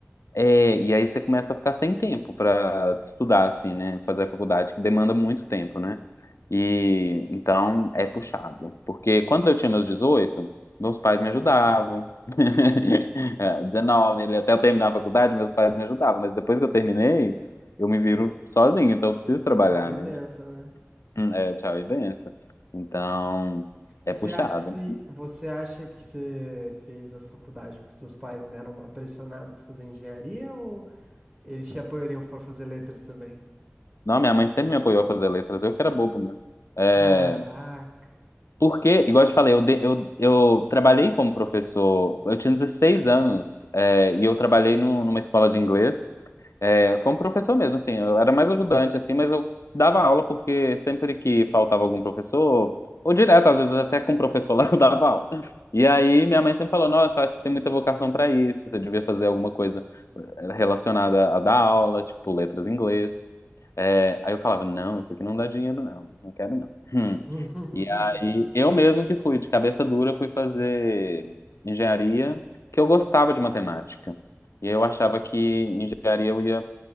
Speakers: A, on the left; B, on the right.
A: é, e aí você começa a ficar sem tempo pra estudar, assim, né? Fazer a faculdade, que demanda muito tempo, né? E então é puxado. Porque quando eu tinha meus dezoito meus pais me ajudavam. <laughs> É, 19, ele até eu terminar a faculdade, meus pais me ajudavam. Mas depois que eu terminei, eu me viro sozinho, então eu preciso trabalhar,
B: Tchau e
A: né?
B: benção, né?
A: Hum, É, tchau e benção. Então, é
B: E
A: puxado.
B: você acha que se você acha que você fez a faculdade porque seus pais deram uma pressionada pra fazer engenharia ou eles te apoiariam pra fazer letras também?
A: Não, minha mãe sempre me apoiou a fazer letras, eu que era bobo mesmo. É,
B: Caraca.
A: Porque, igual eu te falei, eu, de- eu, eu trabalhei como professor, eu tinha 16 anos, é, e eu trabalhei num- numa escola de inglês, é, como professor mesmo, assim, eu era mais ajudante, assim, mas eu dava aula porque sempre que faltava algum professor, ou direto, às vezes até com o professor lá, <laughs> eu dava aula. E aí minha mãe sempre falou, nossa, acho que você tem muita vocação pra isso, você devia fazer alguma coisa eh, relacionada a dar aula, tipo letras em inglês. É, aí eu falava, não, isso aqui não dá dinheiro, não, não quero não. Hum.
B: <laughs>
A: E aí eu mesmo que fui, de cabeça dura, fui fazer engenharia, que eu gostava de matemática. E eu achava que engenharia eu ia